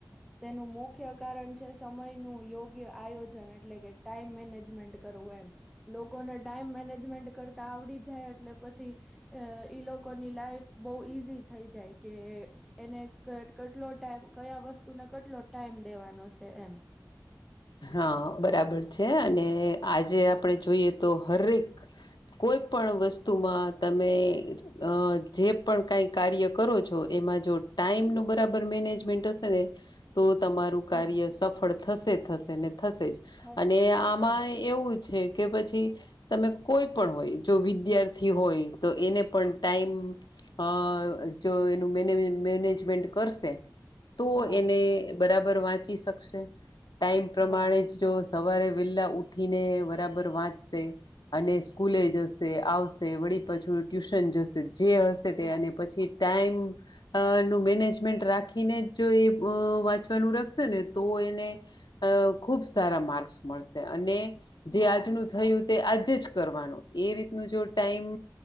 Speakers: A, in the centre; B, on the left.
A: તેનું મુખ્ય કારણ છે સમય નું યોગ્ય આયોજન એટલે કે ટાઈમ મેનેજમેન્ટ કરવું એમ લોકોને ટાઈમ મેનેજમેન્ટ કરતા આવડી જાય એટલે પછી ઈ લોકોની લાઈફ બહુ ઈઝી થઈ જાય કે એને કેટલો ટાઇમ કયા વસ્તુને કેટલો ટાઈમ દેવાનો છે એમ
B: હા બરાબર છે અને આજે આપણે જોઈએ તો હરેક કોઈ પણ વસ્તુમાં તમે અ જે પણ કઈ કાર્ય કરો છો એમાં જો ટાઈમ નું બરાબર મેનેજમેન્ટ હશે ને તો તમારું કાર્ય
A: હા
B: સફળ થશે થશે ને થશે જ
A: થશે
B: અને
A: જ
B: આમાં
A: તે હા
B: એવું છે કે પછી તમે કોઈ પણ હોય જો વિદ્યાર્થી હોય તો એને પણ ટાઈમ હા જો એનું મે મેનેજમેન્ટ કરશે તો
A: હા
B: એને બરાબર વાંચી શકશે ટાઈમ પ્રમાણે
A: હા
B: જ જો સવારે વહેલા ઉઠીને બરાબર વાંચશે અને સ્કૂલે જશે આવશે વડી પાછું ટ્યુશન જશે જે હશે
A: હા
B: તે એને પછી ટાઈમ નું મેનેજમેન્ટ રાખીને જ જો એ વાંચવાનું રખશે ને તો એને ખુબ સારા માર્ક્સ મળશે અને જે
A: હા
B: આજનું થયું તે આજે જ કરવાનું એ રીતનું જો ટાઈમ